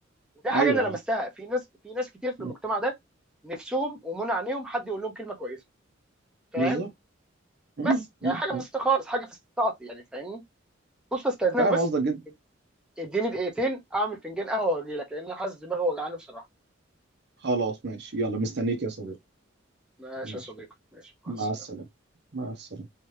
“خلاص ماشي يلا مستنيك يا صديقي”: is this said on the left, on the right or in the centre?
Right